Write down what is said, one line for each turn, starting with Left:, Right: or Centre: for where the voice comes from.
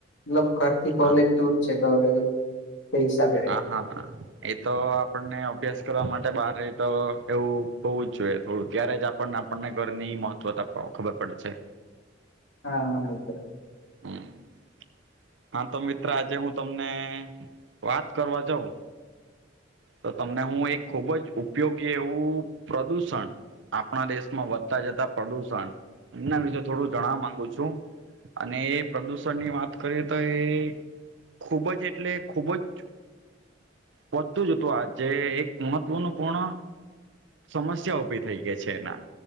Left: લબ ઘરથી કોલેજ
Right: હા
Left: દુર છે તો હવે તે હિસાબે રહેવા
Right: આ હા હા. એ તો આપણને અભ્યાસ કરવા માટે બાર રહી તો એવું હોવું જ જોઈએ થોડું ત્યારે જ પણ આપણને ઘરની મહત્વતા પણ ખબર પડે છે.
Left: હા <unintelligible>
Right: <inaudible> હા તો મિત્ર આજે હું તમને વાત કરવા જાઉં તો તમને હું એક ખુબ જ ઉપયોગી એવું પ્રદુષણ આપણા દેશમાં વધતા જતા પ્રદુષણ એમના વિશે થોડું જાણવા માંગુ છું. અને એ પ્રદુષણ ની વાત કરીએ તો એ ખૂબ જ એટલે ખુબ જ વઘતુ જતું આજે એક મહત્વનું પૂર્ણ સમસ્યા ઊભી થઈ ગઈ છે એના